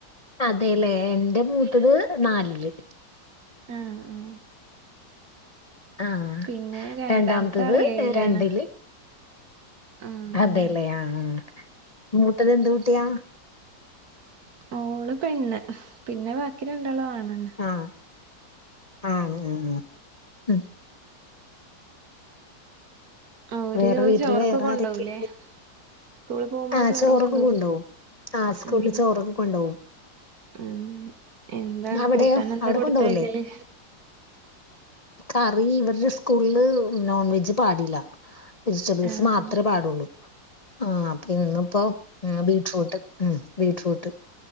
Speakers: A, on the left; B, on the right.
A: അതെല്ലേ എൻ്റെ മൂത്തത് നാലില്
B: ആഹ് ആഹ്
A: ആഹ്
B: പിന്നെ രണ്ടാമത്തെ
A: രണ്ടാമത്തത്
B: ആള് ഏഴിലാണ്
A: രണ്ടില്
B: ആഹ്
A: അതെല്ലേ
B: ആഹ്
A: ആഹ് മൂത്തതെന്തു കുട്ടിയാ
B: ഓള് പെണ്ണ് പിന്നെ ബാക്കി രണ്ടാളും ആണ്
A: ആഹ് ആഹ് ഉമ് മ്
B: ഒരു
A: വേറെ വീട്ടില്
B: ചോറൊക്കെ
A: വേറെ
B: കൊണ്ടോകുലേ
A: ആരൊക്കെയുണ്ട്
B: സ്കൂളിപോകുമ്പോ
A: ആ
B: ചോറ്
A: ചോറൊക്കെ
B: കൊുണ്ടോക്കും
A: കൊണ്ടോവും ആ സ്കൂളില്
B: ഉമ്
A: ചോറൊക്കെ കൊണ്ടോവും
B: ഉമ് എന്താ
A: അവിടെയോ
B: കൂട്ടാൻ ഒക്കെ
A: അവിടെ
B: കൊടുത്തയക്കല്
A: കൊണ്ടോവൂലേ കറി ഇവരുടെ സ്കൂളില് നോൺവെജ് പാടില്ല വെജിറ്റബിൾസ്
B: ആഹ്
A: മാത്രെ പാടുള്ളൂ ആഹ് അപ്പ ഇന്നിപ്പോ ബീട്രൂട്ട് ഉമ് ബീട്രൂ ട്ട്